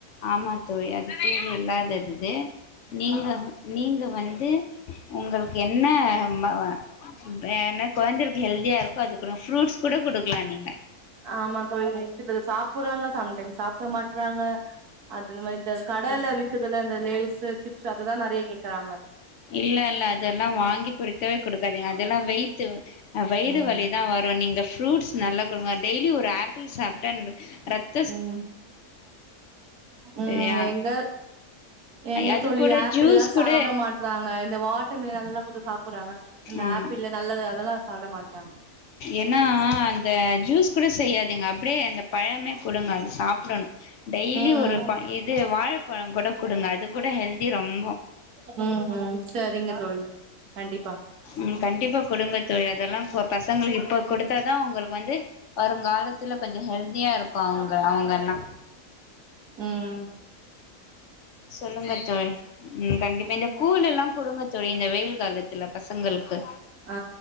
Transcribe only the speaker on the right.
ம்
ஆமா தோழி <unintelligible> சாப்பிடுறாங்க சம்டைம்ஸ் சாப்பட மாட்றாங்க அது இந்த மாரி இந்த கடல விக்குதுல்ல இந்த லேஸு சிப்ஸ் அதுதா நறைய கேக்குறாங்க
ம்
ம் ம்
எங்க எங்க
தோழி
ஆப்
பிள்லா சாப்ட
மாட்றாங்க இந்த வாட்டர் மிலான் எல்லா கொஞசோ சாப்பிடுறாங்க இந்த
ஆப்பிள்ல நல்லது அதல்லா சாப்ட மாட்றாங்க
ம்
ம்ம் செரிங்க தோழி கண்டிப்பா
ம்ம்
ஆ